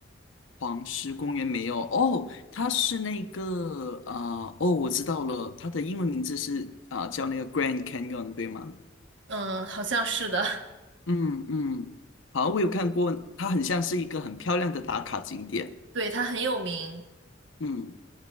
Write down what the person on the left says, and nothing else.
黄石公园没有哦，它是那个啊、呃哦，我知道了，它的英文名字是啊、叫那个 Grand Canyon 对吗？
嗯嗯，好，我有看过，它很像是一个很漂亮的打卡景点。
嗯